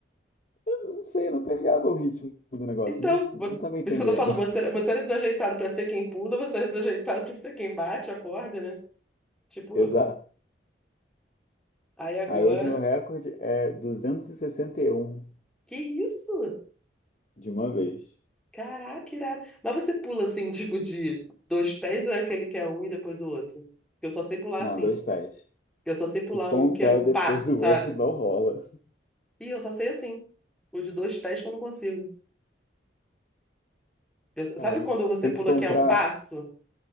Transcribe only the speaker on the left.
Eu não sei, eu não pegava o ritmo do negócio,
não, não
tava
entendendo.
<laughs>
Exato.
Aí hoje meu recorde é duzentos e e sessenta e um
de uma vez.
Não,
dois pés.
Se for
um
pé
depois
do
outro, não rola.
Caramba,
você
tem que comprar.